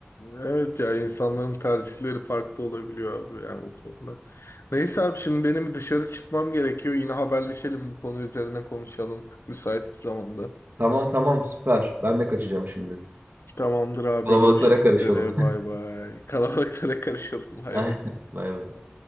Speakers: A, on the left (about 70°); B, on the right (about 45°).
A: Evet ya insanların tercihleri farklı olabiliyor abi yani bu konuda. Neyse abi şimdi benim dışarı çıkmam gerekiyor. Yine haberleşelim bu konu üzerine konuşalım müsait bir zamanda.
B: Tamam tamam süper. Ben de kaçacağım şimdi.
A: Tamamdır abi
B: Kalabalıklara
A: görüşmek
B: karışalım.
A: üzere bay bay. Kalabalıklara karışalım bay
B: <laughs> Aynen.
A: bay.
B: Bay bay.